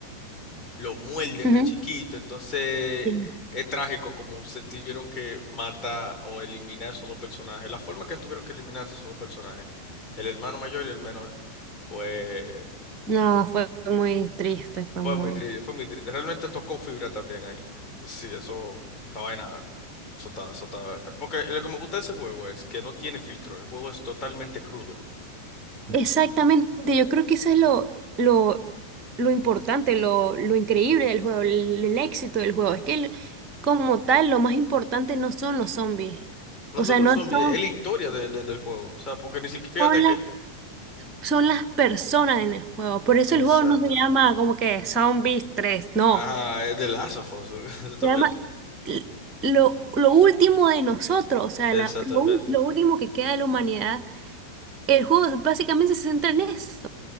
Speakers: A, on the left; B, on the right.
A: lo muelden
B: Ujú.
A: al chiquito, entonces
B: Sí.
A: es trágico como se tuvieron que matar o eliminar esos dos personajes. La forma que tuvieron que eliminarse esos dos personajes, el hermano mayor y el menor, fue,
B: No, fue muy triste, fue
A: fue
B: muy...
A: muy triste, fue muy triste. Realmente tocó fibra también ahí. Sí, eso, esta vaina, eso está, eso está- Porque lo que me gusta de ese juego es que no tiene filtro, el juego es totalmente crudo.
B: Exactamente, yo creo que eso es lo, lo, lo importante, lo, lo increíble del juego, el, el éxito del juego. Es que el- como tal, lo más importante no son los zombies.
A: No
B: O
A: son
B: sea,
A: los
B: no
A: zombies,
B: son,
A: es la historia de- de- del juego. O sea, porque ni siquiera,
B: son
A: fíjate que...
B: las son las personas en el juego. Por eso
A: Exacto.
B: el juego no se llama como que Zombies 3 no.
A: Ajá, es de Last of Us, <laughs> exactamente.
B: Se llama l- lo, lo último de nosotros, o sea,
A: Exatamente.
B: la- lo, ul- lo último que queda de la humanidad. El juego básicamente se centra en eso.